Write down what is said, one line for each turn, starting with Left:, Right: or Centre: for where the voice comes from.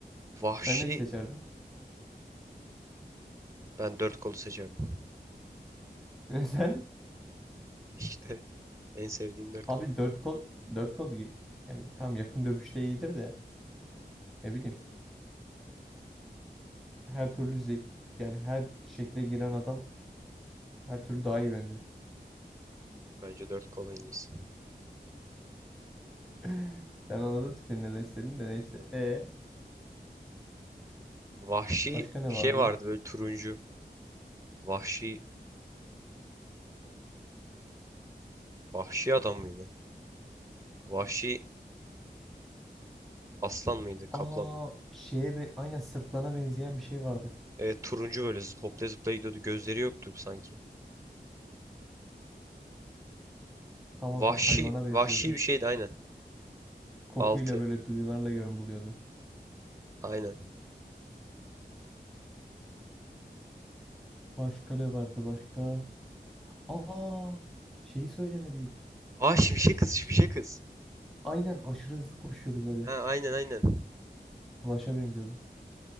Right: Vahşi
Centre: Sen neyi seçerdin?
Right: ben dört kolu seçerdim.
Centre: <laughs> Sen
Right: <laughs> İşte en sevdiğim dört kol.
Centre: abi dört kol dört kol iyi. yani tam yakın dövüşte iyidir de ne bileyim her türlü zek yani her şekle giren adam her türlü daha iyi bence.
Right: Bence dört kol en iyisi.
Centre: <laughs> Ben anladım senin neden istediğini de neyse. E
Right: Vahşi
Centre: başka ne
Right: bir
Centre: vardı?
Right: şey vardı böyle turuncu. Vahşi vahşi adam mıydı? Vahşi aslan mıydı?
Centre: Aa
Right: Kaplan mıydı?
Centre: şeye be aynen sırtlana benzeyen bir şey vardı.
Right: Evet turuncu böyle z- hopla zıpla gidiyordu. Gözleri yoktu sanki.
Centre: Tamam
Right: Vahşi
Centre: tamam hayvana benziyordu.
Right: vahşi bir şeydi aynen.
Centre: Kokuyla
Right: Altı.
Centre: böyle duyularla yön buluyordu.
Right: Aynen.
Centre: Başka ne vardı başka? Aa şeyi söylemedik.
Right: Aa şimşek kız şimşek kız.
Centre: Aynen aşırı hızlı koşuyordu böyle.
Right: Ha aynen aynen.
Centre: Flash'a benziyordu.